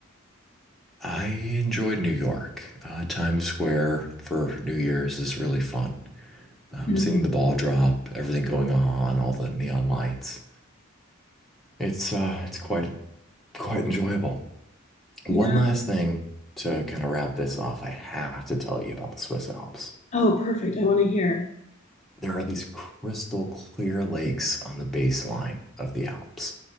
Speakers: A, in the centre; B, on the left (about 35°).
A: I enjoyed New York. Uh, Times Square for New Year's is really fun. Um,
B: Mhm.
A: seeing the ball drop, everything going on, all the neon lights. It's uh, it's quite quite enjoyable. One
B: Yeah.
A: last thing to kind of wrap this off, I have to tell you about the Swiss Alps.
B: Oh, perfect. I want to hear.
A: There are these crystal clear lakes on the baseline of the Alps.